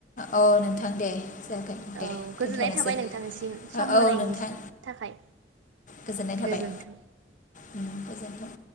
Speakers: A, on the left; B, on the right.
A: औ नोंथां दे। जागोन दे‌।
B: औ गोजोननाय
A: दोनथ'नोसै
B: थाबाय
A: ओ।
B: नोंथांनिसिम सम होनायनि
A: औ नोंथां
B: थाखाय
A: गोजोननाय थाबाय
B: गोजोन्थों
A: उम गोजोनथों।